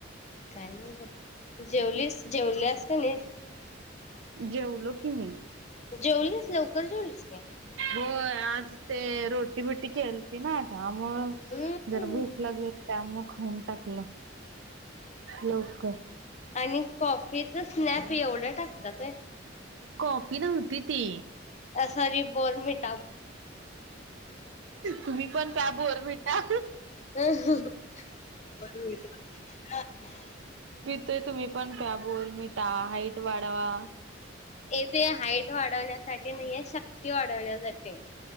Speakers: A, on the left; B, on the right.
A: काय नाहीं ग जेवलीस जेवल्यासं तूम्ही
B: जेवलो की मी
A: जेवलीच लवकर जेवलीच म
B: हो आज ते रोटी बिटी केलती ना त्यामुळे
A: हम्म
B: जरा भूक लागली त्यामुळ खाऊन टाकलं लवकर
A: आणि कॉफीच स्नॅक्स ते एवढ्या टाकतात होय
B: कॉफी नव्हती ती
A: त्या साठी बोरं मिंट
B: तुम्ही पणं काय बोरं मिटा
A: अ
B: ते तुम्हीं पणं काय बोरं मिटा हाईट वाढवा
A: येथे हाईट वाढवण्यासाठी नाहीं आहे शक्ती वाढवण्यासाठी